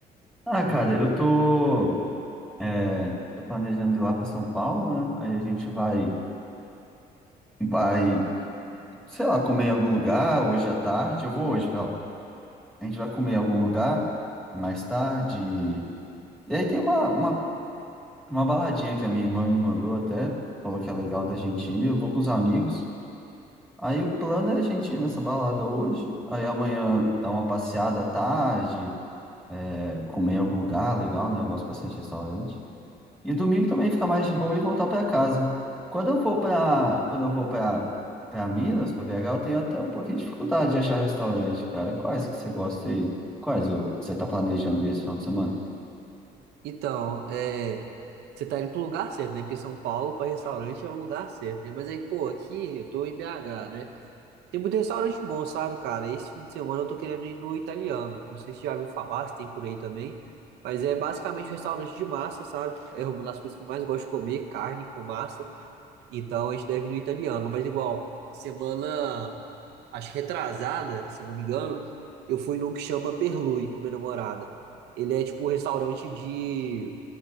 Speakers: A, in the centre; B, on the right.
A: Ah, cara, eu tô. é, tô planejando ir lá para São Paulo, né? Aí a gente vai. Vai, sei lá, comer em algum lugar hoje à tarde. Eu vou hoje para lá. A gente vai comer em algum lugar mais tarde. E aí tem uma, uma, uma baladinha que a minha irmã me mandou até, falou que é legal da gente ir, eu vou com os amigos. Aí o plano é a gente ir nessa balada hoje, aí amanhã dar uma passeada à tarde, é, comer em algum lugar legal, né? Eu gosto bastante de restaurante. E domingo também ficar mais de boa e voltar para casa. Quando eu vou para quando eu vou para para Minas, para BH, eu tenho até um pouquinho de dificuldade de achar restaurante, cara. Quais que você gosta aí? Quais o, que você tá planejando esse final de semana?
B: Então, é, você tá indo pro lugar certo, né? Porque São Paulo, pra restaurante, é o lugar certo, né? Mas aí, pô, aqui eu tô em BH, né? Tem muito restaurante bom, sabe, cara? Esse fim de semana eu tô querendo ir no italiano. Não sei se já viu falar, se tem por aí também. Mas é basicamente um restaurante de massa, sabe? É uma das coisas que eu mais gosto de comer, carne com massa. Então a gente deve ir no italiano. Mas igual, semana, acho que retrasada, se eu não me engano, eu fui num que chama Perlui com minha namorada. Ele é tipo um restaurante de...